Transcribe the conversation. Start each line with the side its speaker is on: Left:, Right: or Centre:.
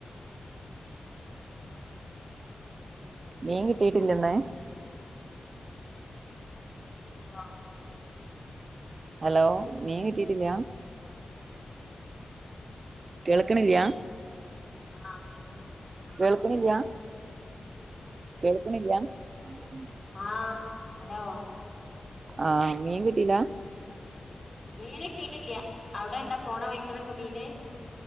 Left: ഹലോ
Right: മീൻ കിട്ടീട്ട്ല്ലന്ന്
Left: <unintelligible>
Right: ഹലോ മീ കിട്ടീട്ടില്ല കേൾക്കിണില്യാ
Left: ആഹ് കേക്ക് ണ്ട്
Right: കേൾക്ണില്യാ കേൾക്ണില്ല്യാ ഉ
Left: ആഹ് ഹലോ
Right: ആഹ് മീൻ കിട്ടീല
Left: മീൻ കിട്ടീട്ടില്ല അവിടെ ഇണ്ടോ പോണ വൈക്കലൊക്കെ മീന്